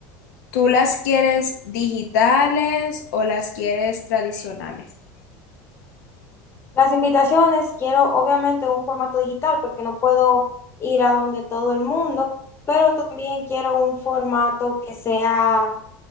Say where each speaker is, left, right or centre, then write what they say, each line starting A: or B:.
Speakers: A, on the left; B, on the left.
A: ¿tú las quieres digitales o las quieres tradicionales?
B: Las invitaciones quiero obviamente un formato digital porque no puedo ir a donde todo el mundo, pero también quiero un formato que sea